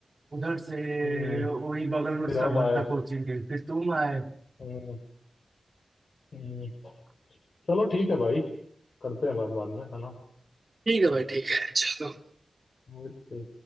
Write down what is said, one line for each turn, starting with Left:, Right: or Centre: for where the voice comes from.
Right: उधर से
Left: हम्म,
Right: वही बगल में
Left: फिर
Right: उसका
Left: हम
Right: घर
Left: आए
Right: था कोचिंग के फिर तुम आए
Left: हम्म, हम्म। चलो ठीक है भाई करते हैं बात बाद में है ना
Right: ठीक है भाई ठीक है चलो
Left: ओके